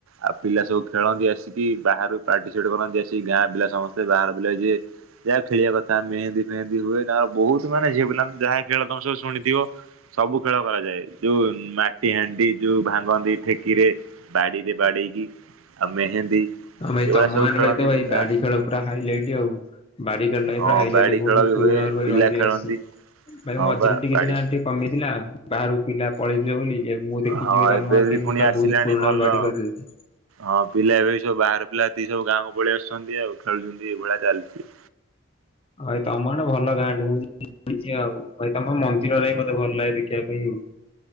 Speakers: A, on the right; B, on the left.
A: ଆଉ ପିଲା ସବୁ ଖେଳନ୍ତି। ଆସିକି ବାହାରୁ ପାର୍ଟିସିପେଟ କରନ୍ତି। ଆସିକି ଗାଁ ପିଲା ସମସ୍ତେ ବାହାର ପିଲା ଯିଏ। ଯାହା ଖେଳିବା କଥା ମେହେନ୍ଦୀ ଫେହନ୍ଦି ହୁଏ। ତାଙ୍କର ବହୁତ ମାନେ ଝିଅ ପିଲା ଯାହା ଖେଳ ତମେ ସବୁ ଶୁଣିଥିବ। ସବୁ ଖେଳ କରାଯାଏ। ଯୋଉ ମାଟି ହାଣ୍ଡି ଯଉ ଭାଙ୍ଗନ୍ତି ଠେକିରେ ବାଡ଼ିରେ ବାଡ଼େଇକି ଆଉ ମେହେନ୍ଦୀ
B: ହଁ ଭାଇ
A: ଏଇଭଳିଆ
B: ତମ
A: ସବୁ
B: ଗାଁ
A: ଖେଳନ୍ତି
B: ରେ ଭାଇ ତ ଭାଇ
A: ପିଲା
B: ବାଡି ଖେଳ ପୁରା ହାଇଲାଇଟ ଆଉ। ବାଡି ଖେଳ ଟା
A: ହଁ
B: ପୁରା ହାଇଲାଇଟ
A: ବାଡି
B: ବହୁତ
A: ଖେଳ ବି
B: ପୁରୁଣା
A: ହୁଏ
B: ରୁ ରହି
A: ପିଲା
B: ରହି
A: ଖେଳନ୍ତି
B: ଆସିଛି। ଭାଇ
A: ହଁ
B: ମଝିରେ
A: ବା
B: ଟିକେ
A: ବାଡି
B: ସିନା ଏମିତି କମିଥିଲା ବାହାରୁ ପିଲା ପଳେଇ ଥିଲେ ବୋଲି। ଏ ମୁଁ ଦେଖିଛି
A: ହଁ
B: ଭାଇ ତମ
A: ଏବେ
B: ଗାଁ
A: ବି
B: କେମିତି
A: ପୁଣି
B: ପୁରା
A: ଆସିଲାଣି
B: ବହୁତ ପୁରୁଣାରୁ
A: ଭଲ।
B: ବାଡି ଖେଳ ଚାଲିଛି।
A: ହଁ ପିଲା ଏବେ ବି ସବୁ ବା ପିଲା ଯେତିକି ସବୁ ଗାଁ କୁ ପଳେଇ ଆସୁଛନ୍ତି ଆଉ ଖେଳୁଛନ୍ତି ଏଇ ଭଳିଆ ଚାଲଚି।
B: ଭାଇ ତମ ଆଡେ ଭଲ ଗାଁ ଟେ। ମୁଁ ଜାଣିଛି ଆଉ ଭାଇ ତମ ମନ୍ଦିରରେ ଟା ମତେ ଭଲ ଲାଗେ ଦେଖିବା ପାଇଁ ଆଉ।